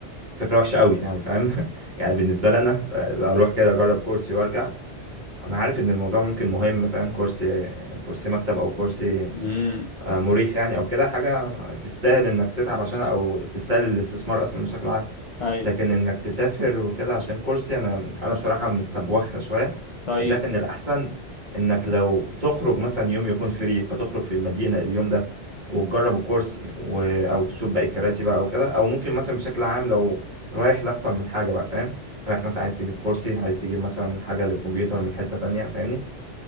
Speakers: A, on the right (about 40°); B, on the left (about 45°).
A: فكرة وحشة قوي يعني فاهم <laughs> يعني بالنسبة لي انا آه، اروح كده اجرب كرسي وارجع انا عارف ان الموضوع ممكن مهم فاهم كرسي كرسي مكتب او كرسي
B: امم
A: آه، مريح يعني او كده حاجه تستاهل انك تتعب عشانها او تستاهل الاستثمار اصلا بشكل عام
B: ايوه
A: لكن انك تسافر وكده عشان كرسي انا انا بصراحه مستبوخها شويه
B: طيب
A: فشايف ان الاحسن انك لو تخرج مثلا يوم يكون فري فتخرج في المدينه اليوم ده وتجرب الكرسي و... او تشوف باقي الكراسي بقى او كده او ممكن مثلا بشكل عام لو رايح لاكتر من حاجه بقى فاهم رايح مثلا عايز تجيب كرسي عايز تجيب مثلا حاجة للكمبيوتر من حتة تانية فاهمني